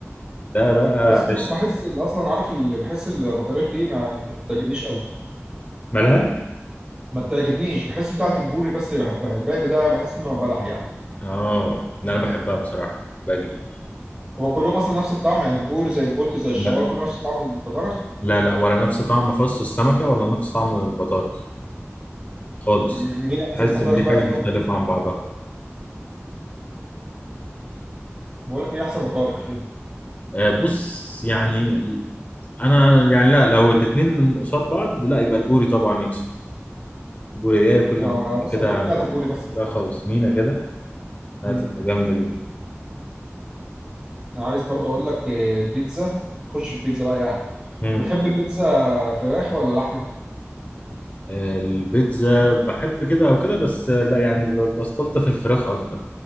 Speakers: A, on the left; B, on the right.
A: ده بقى
B: بس مش
A: عشت
B: عارف بحس اللي اصلا عارف اللي بحس البطاريخ دي ما ما بتعجبنيش قوي
A: مالها
B: ما بتعجبنيش بحس بتاعه البوري بس اللي بحبها الباقي ده بحس انه بلح يعني
A: اه إن انا بحبها بصراحه بحبها جدا
B: هو كلهم اصلا نفس الطعم يعني البوري زي البولت زي الشبار
A: لا
B: كله نفس طعم البطارخ
A: لا لا ولا نفس طعم فص السمكه ولا نفس طعم البطارخ خالص
B: مين احسن
A: تحس
B: بطارخ
A: ان دي حاجه
B: بقى فيهم
A: مختلفه عن بعضها
B: بقول لك مين احسن بطارخ فيهم
A: آه بص يعني انا يعني لا لو الاثنين قصاد بعض لا يبقى البوري طبعا يكسب البوري ده كل
B: يعني
A: ما
B: ما
A: تبقى
B: انا بص
A: كده
B: انا دوت بتاعت البوري بس بصراحه
A: فراخه وسمينه كده هتبقى
B: امم
A: جامده
B: انا عايز برضه اقول لك آه، البيتزا خش في البيتزا بقى يعني
A: جدا
B: بتحب البيتزا فراخ ولا لحمه
A: البيتزا بحب كده او كده بس لا يعني ب- بستلطف الفراخ اكتر